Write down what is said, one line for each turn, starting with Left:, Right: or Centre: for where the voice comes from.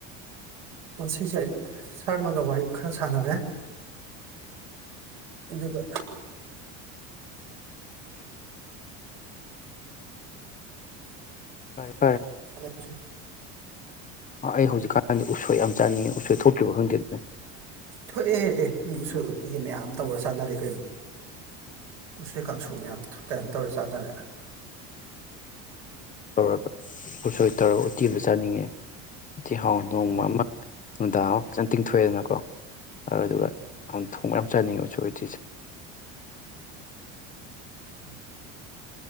Right: ꯁꯤꯖꯦ ꯑꯩ ꯁꯥꯔꯃꯒ ꯋꯥꯔꯤ ꯈꯔ ꯁꯥꯟꯅꯔꯦ ꯑꯗꯨꯒ <unintelligible>
Left: ꯐꯔꯦ ꯑꯩ ꯍꯧꯖꯤꯛꯀꯥꯟꯗꯤ ꯎꯁꯣꯏ ꯌꯥꯝ ꯆꯥꯅꯤꯡꯉꯤ ꯎꯁꯣꯏ ꯊꯣꯛꯇ꯭ꯔꯤꯕ ꯈꯪꯗꯦꯅꯦ
Right: ꯊꯣꯛꯑꯦ ꯑꯦ ꯃꯤ ꯎꯁꯣꯏ ꯎꯠꯇꯤꯒꯤ ꯃꯌꯥꯝ ꯇꯧꯔ ꯆꯥꯅꯔꯦ ꯀꯩꯅꯣ ꯎꯁꯣꯏ ꯀꯥꯡꯁꯨ ꯃꯌꯥꯝ ꯀꯩꯅꯣ ꯇꯧꯔ ꯆꯥꯟꯅꯔꯦ
Left: ꯇꯧꯔꯒ ꯎꯁꯣꯏ ꯇꯧꯔꯒ ꯎꯇꯤ ꯑꯝꯇ ꯆꯥꯅꯤꯡꯉꯦ ꯎꯇꯤ ꯍꯥꯎ ꯊꫭꯡꯕ
Right: ꯎꯝ
Left: ꯑꯃ ꯅꯨꯡꯗꯥꯡ ꯑꯃ ꯐꯖꯅ ꯇꯤꯡꯊꯣꯛꯑꯦꯗꯅꯀꯣ ꯑꯗꯨꯗꯨꯒ
Right: ꯎꯝ
Left: ꯌꯥꯝ ꯊꯣꯡꯕ ꯌꯥꯝ ꯆꯥꯅꯤꯡꯉꯦ ꯎꯆꯣꯏ ꯎꯇꯤꯁꯦ
Right: ꯎꯝ